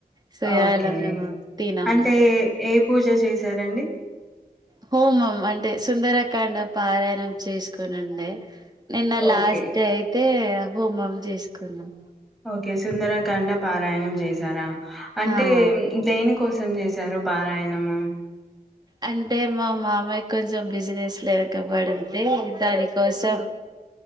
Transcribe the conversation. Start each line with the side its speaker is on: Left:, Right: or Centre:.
Right: సో ఇయాలా
Centre: ఓకే
Right: మేము తినము
Centre: అంటే ఏ పూజ చేశారండి
Right: హోమం అంటే సుందరకాండ పారాయణం చేసుకొని ఉండే నిన్న లాస్ట్
Centre: ఓకే
Right: డే అయితే హోమం చేసుకున్నాం
Centre: ఓకే సుందరకాండ పారాయణం చేశారా అంటే
Right: ఆ
Centre: దేనికో సం చేసారు పారాయణము
Right: అంటే మా మామయ కొంచెం బిజినెస్ లో ఇరకబడింటే దానికోసం